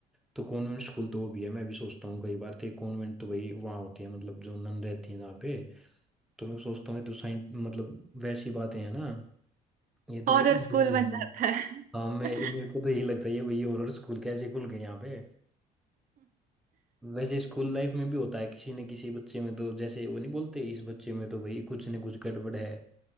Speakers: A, in the centre; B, on the right (about 55°).
A: तो कॉन्वेंट स्कूल तो वो भी है मैं भी सोचता हूँ कई बार तो ये कॉन्वेंट तो भाई वहाँ होती है मतलब जो नन रहती है जहाँ पे तो मैं सोचता हूँ ये तो साइंस मतलब वैसी बातें हैं ना ये तो
B: हॉरर
A: रियल
B: स्कूल बन
A: है नहीं
B: जाता है
A: हाँ मैं
B: <laughs>
A: मेरे को तो यही लगता है ये भाई हॉरर स्कूल कैसे खुल गए यहाँ पे वैसे स्कूल लाइफ में भी होता है किसी न किसी बच्चे में तो जैसे वो नहीं बोलते इस बच्चे में तो भाई कुछ न कुछ गड़बड़ है